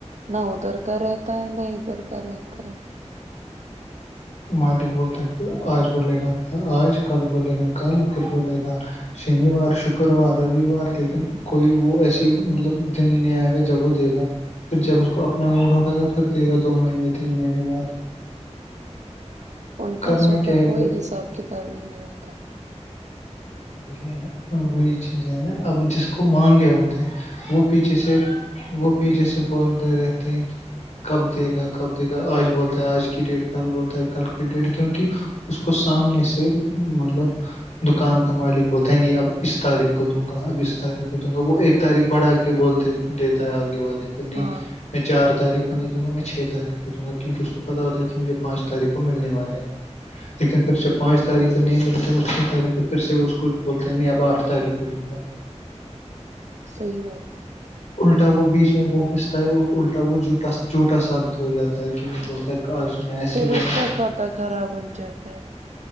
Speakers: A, on the right; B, on the left.
A: نہ ادھر کا ہے ت نہیں ادھر کرت
B: مالک بولتے آج بولے گا آج کل بولے گا کل پھر بولے گا شنیوار شکروار رووار لیکن کوئی وہ ایسی مطلب دن ہی نہیں آئے گا جب وہ دے گا پھر جب اس کو اپنا موڈ ہوگا تو پھر دے گا دو مہینے تین مہینے بعد
A: ان پیسوں
B: کرنا کیا
A: کا
B: ہے
A: کوئی
B: پھر
A: حساب کتاب ہی نہیں رہتا
B: وہی ہے نا وہی چیز ہے نا اب جس کو مانگے ہوتے ہیں وہ پیچھے سے وہ پیچھے سے بولتے رہتے ہیں کہ کب دے گا کب دے گا آج بولتا ہے آج کی ڈیٹ کل بولتا ہے کل کی ڈیٹ کیونک اس کو سامنے سے مطلب دکان مالک بولتے ہیں نہیں اب اس تاریخ کو دوں گا اب اس تاریخ کو دوں گا وہ ایک تاریخ بڑھا کے بولتے دیتا ہے آگے والی کو نہیں
A: ہاں
B: میں چار تاریخ کو نہیں دوں گا میں چھ تاریخ کو دوں گا کیونکہ اسس کو پتتا ہوتا ہے کہ مجھے پانچ تاریخ کو ملنے والے ہیں لیکن پھر جب پانچ تاریخ کو نہیں ملتے وہ چھ تاریخ کو پھر سے وہ اس ک کوھ بولتے ہیں نہیں اب آٹھ تاریخ کو دوں گا
A: صحی بات
B: الٹا وہ بیچ میں وہ پستا ہے اور الٹا وہٹا جوٹا ثابت ہو جاتا ہے کیک ب ک میںسے
A: پھر
B: بولا
A: اس کا کھاتا خراب بن جاتا ہے